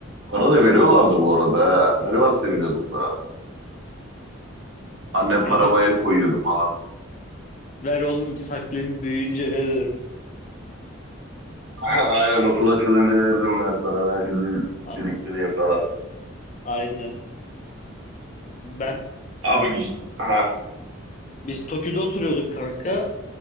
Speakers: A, on the right (about 65°); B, on the left (about 35°).
A: Para da veriyorlardı bu arada. ha. Ne kadar seviniyorduk da. Annem
B: Kanka
A: parama el koyuyordu falan.
B: ver oğlum saklayayım büyüyünce veririm.
A: <laughs> Aynen okul açılınca veririm ben sana. Ben şimdi
B: A-
A: biriktireyim falan.
B: aynen. Ben
A: Abi güzel. Ha.
B: Biz Tokyo'da oturuyorduk kanka.